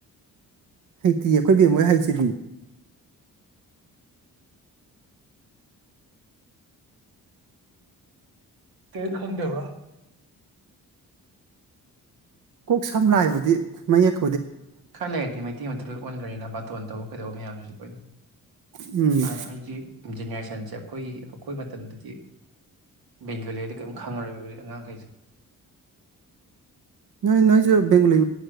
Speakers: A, on the right (about 60°); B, on the right (about 85°).
A: ꯍꯩꯇꯤ ꯑꯩꯈꯣꯏꯕꯦꯝ ꯃꯣꯏ ꯍꯥꯏꯦ ꯁꯤꯗ ꯎꯝ
B: ꯇ ꯈꯪꯗꯦꯕ꯭ꯔꯥ
A: ꯀꯣꯛ ꯁꯝ ꯂ ꯕꯨꯗꯤ ꯃꯌꯦꯛ
B: ꯈꯔ ꯂꯩꯔꯗꯤ ꯃꯩꯇꯩ ꯃ ꯂꯣꯏ ꯑꯣꯟꯈ꯭ꯔꯦꯅ ꯕꯥꯇꯣꯟ ꯇꯧꯕ ꯀꯩꯗꯧꯕ ꯃꯌꯥꯝꯁꯤꯁꯨ ꯂꯣꯏꯅ
A: ꯎꯝ
B: ꯑꯩ ꯏ ꯒꯦꯅ ꯁꯦ ꯑꯩꯈꯣꯏ ꯑꯩꯈꯣꯏ ꯇꯗꯗꯤ ꯕꯦꯡꯒꯂꯤꯗ ꯀꯔꯤꯝ ꯈꯪꯉꯔꯦꯕ ꯍꯧꯖꯤꯛ ꯑꯉꯥꯡꯈꯩꯁꯦ
A: ꯅꯣꯏ ꯅꯣꯏꯁꯨ ꯕꯦꯡꯒꯂꯤ